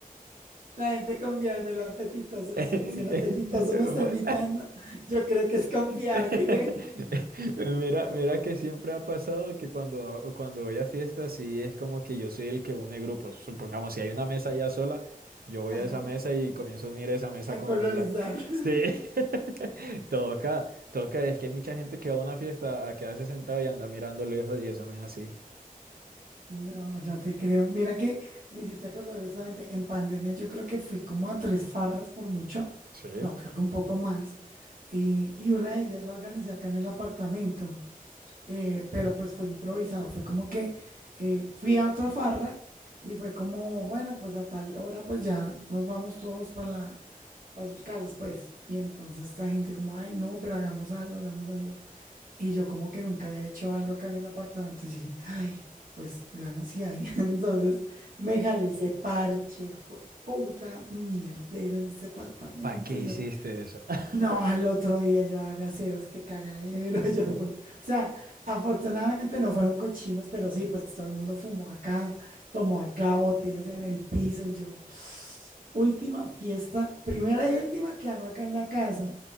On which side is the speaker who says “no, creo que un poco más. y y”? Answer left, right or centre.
Right